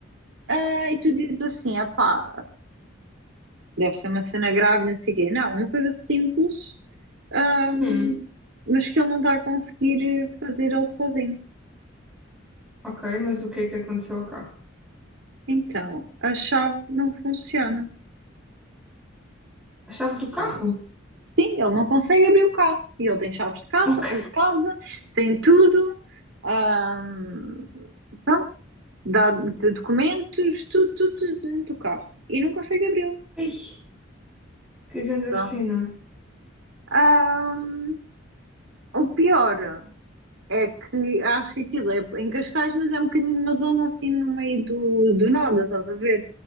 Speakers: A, on the right; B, in the centre.
A: Ah, e tu dizes assim, ah pá, deve ser uma cena grave, não sei o quê. Não, uma coisa simples, hum,
B: hum,
A: mas que ele não está a conseguir fazer ele sozinho.
B: ok, mas o que é que aconteceu ao carro?
A: Então, a chave não funciona.
B: A chave do carro?
A: Pronto. Sim, ele não consegue abrir o carro. E ele tem chaves de carro,
B: Ok.
A: de casa, tem tudo, hum, pronto, dá de- documentos, tudo, tudo, tudo dentro do carro. E não consegue abri-lo.
B: <laughs> Ei, que grande
A: Pronto.
B: cena.
A: Hum, o pior. É que acho que aquilo é em Cascais, mas é um bocadinho uma zona assim no meio do, do nada, estás a ver?